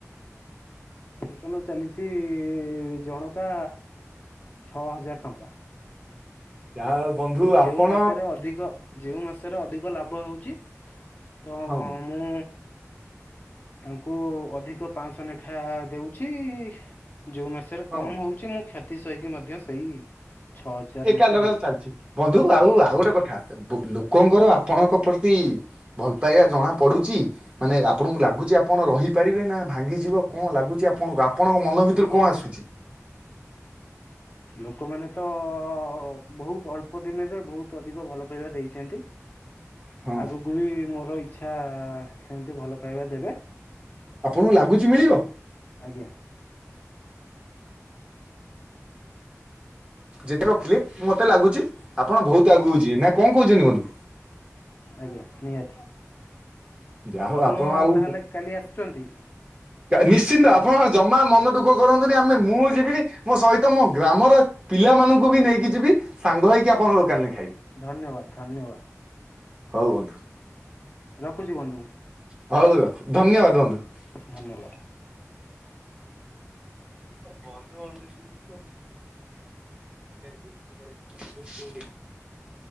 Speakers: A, on the left; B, on the right.
A: ଵେତନ ଚାଲିଛି ଜଣକା ଛଅ ହଜାର ଟଙ୍କା। <inaudible>
B: ଯାହା ହଉ ବନ୍ଧୁ
A: ଯଉଁ
B: ଆପଣ
A: ମାସରେ ଅଧିକ, ଯେଉଁ ମାସରେ ଅଧିକ ଲାଭ ହଉଛି ତ
B: ହଁ ବନ୍ଧୁ
A: ମୁଁ ତାଙ୍କୁ ଅଧିକ ପାଞ୍ଚଶହ ଲେଖା ଦଉଛି। ଯୋଉ ମାସରେ
B: ହଁ
A: କମ
B: ବନ୍ଧୁ
A: ହଉଛି, ମୁଁ କ୍ଷତି ସହିକି ମଧ୍ୟ ସେଇ ଛଅ ହଜାର
B: ଏକା
A: ଲେଖା
B: ଲଗା
A: ଦେଉଛି
B: ଚାଲିଛି, ବନ୍ଧୁ
A: ଆଜ୍ଞା
B: ଆଉ ଆଉ ଗୋଟେ କଥା ଲୋକଙ୍କର ଆପଣଙ୍କ ଭଲ ପାଇବା ଜଣା ପଡୁଛି, ମାନେ
A: ଆଜ୍ଞା
B: ଆପଣଙ୍କୁ ଲାଗୁଚି ଆପଣ ର ପାରିବେ ନା ଭାଙ୍ଗିଯିବ କଣ ଲାଗୁଚି ଆପଣଙ୍କୁ ଆପଣଙ୍କ ମନ
A: ନାଇଁ
B: ଭିତରୁ କଣ ଆସୁଛି?
A: ଲୋକମାନେ ତ ହ ବହୁତ ଅଳ୍ପ ଦିନରେ, ବହୁତ ଅଧିକ ଭଲ ପାଇବା ଦେଇଛନ୍ତି।
B: ହଁ
A: ଆଗକୁ ବି ମୋର ଇଚ୍ଛା, ସେମିତି ଭଲ ପାଇବା ଦେବେ
B: ଆପଣଙ୍କୁ ଲାଗୁଛି ମିଳିବ?
A: ଆଜ୍ଞା।
B: ଯେତେ ରଖିଲେ, ମତେ ଲାଗୁଛି ଆପଣ ବହୁତ ଆଗକୁ ଯିବେ, ନା କଣ କହୁଛନ୍ତି ବନ୍ଧୁ?
A: ଆଜ୍ଞା, ନିହାତି,
B: ଯାହା ହଉ
A: ଆପଣ
B: ଆଉ
A: ତାହେଲେ କାଲି ଆସୁଛନ୍ତି?
B: ନିଶ୍ଚିନ୍ତ, ଆପଣ ଜମା ମନ ଦୁଃଖ କରନ୍ତୁନି ଆମେ ମୁଁ ଯିବିନି ମୋ ସହିତ ତମ ଗ୍ରାମର ପିଲାମାନଙ୍କୁ ବି ନେଇକି ଯିବି ସାଙ୍ଗ ହେଇକି ଆପଣଙ୍କ ଦୋକାନ
A: ଧନ୍ୟବାଦ, ଧନ୍ୟବାଦ।
B: ହଉ ବନ୍ଧୁ।
A: ରଖୁଛି ବନ୍ଧୁ।
B: <unintelligible>
A: ଧନ୍ୟବାଦ।
B: କ ବନ୍ଦୁ <unintelligible> <unintelligible>